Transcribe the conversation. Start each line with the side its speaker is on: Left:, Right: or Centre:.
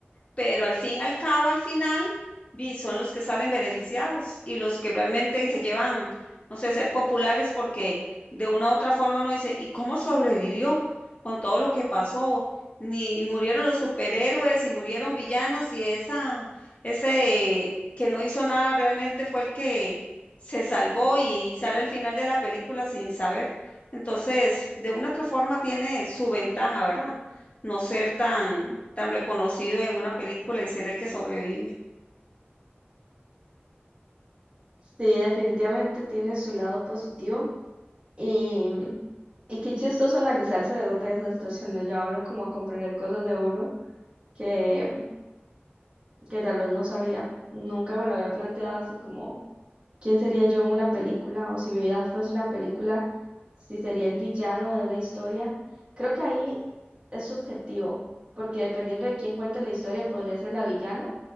Left: pero al fin y al cabo, al final, vi, son los que salen beneficiados y los que realmente se llevan, no sé, ser populares porque de una u otra forma uno dice, ¿y cómo sobrevivió con todo lo que pasó? Ni y murieron los superhéroes y murieron villanos y esa, ese que no hizo nada realmente fue el que se salvó y, y sale al final de la película sin saber. Entonces, de una u otra forma tiene su ventaja, ¿verdad? no ser tan, tan reconocido en una película y ser el que sobrevive.
Right: Sí, definitivamente tiene su lado positivo y, y qué chistoso analizarse, de ¿verdad? En esa situación ya lleva uno como a comprender cosas de uno que, que tal vez no sabía. Nunca me lo había planteado así como ¿Quién sería yo en una película? O si mi vida fuese una película, si sería el villano de una historia. Creo que ahí es subjetivo, porque dependiendo de quién cuente la historia, podría ser la villana